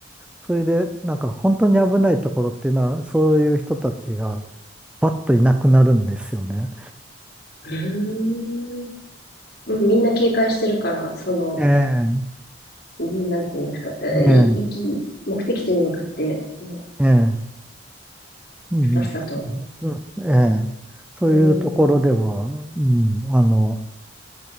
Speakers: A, in the centre; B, on the left (about 55°).
A: それで、なんか本当に危ないところっていうのは、そういう人たちがパッといなくなるんですよね。
B: うーん。うん、みんな警戒してるから、その、
A: ええ、
B: うんなんていうんですか、えい、
A: ええ、
B: 行き、目的地に向かって、も
A: ええ、うん、
B: う、さっさと。
A: うんええ。そういうところでは、
B: うん、うん、
A: うん、あの、